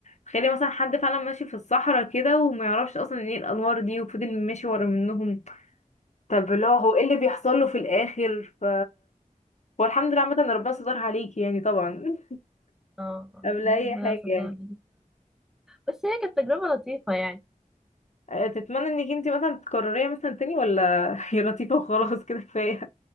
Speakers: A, on the left; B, in the centre.
A: تخيلي مثلا حد فعلا ماشي في الصحراء كده وما يعرفش اصلا ايه الانوار دي وفضل ماشي ورا منهم طب اللي هو هو ايه اللي بيحصل له في الاخر ف والحمد لله عامة إن ربنا سترها عليكي يعني طبعا <laughs>
B: اه
A: قبل
B: ربنا
A: اي حاجة
B: ستار
A: يعني
B: بس هي كانت تجربة لطيفة يعني
A: أه، تتمنى انك انتي مثلا تكرريها مثلا تاني ولا <laughs> هي لطيفة وخلاص كده كفاية